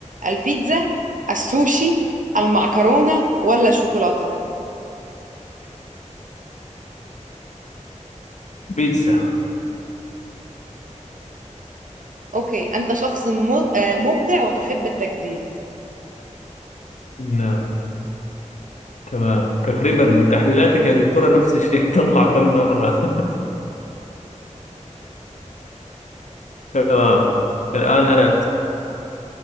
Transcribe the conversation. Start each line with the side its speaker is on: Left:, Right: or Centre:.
Right: البيتزا السوشي المعكرونة ولا الشوكولاتة؟
Left: بيتزا
Right: أوكي أنت شخص مد- آه، مبدع وتحب التجديد
Left: نعم تمام تقريبا تحليلاتك يا دكتورة نفس الشيء <laughs> تطلع كل مرة تمام الآن أنا